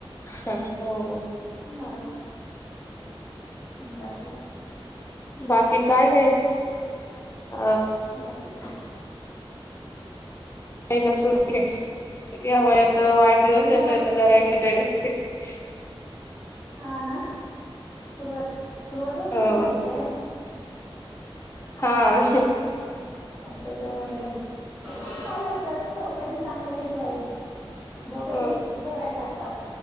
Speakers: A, on the left (about 25°); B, in the centre.
A: हा, हो.
B: मग. बाकी
A: बाकी काय नाही अ
B: बाकीच
A: <unintelligible> या महिन्यात आता वाढदिवस येतोय
B: मग
A: जरा एक्साईटेड आहे <inaudible>
B: हा ना सुरुवात सुरुवातच
A: हो.
B: तशी झाली काय
A: हां.
B: त्याच्यामुळे चालायचं असत कधी चांगलं कधी वाईट दोघंही
A: अ
B: बघायला लागतात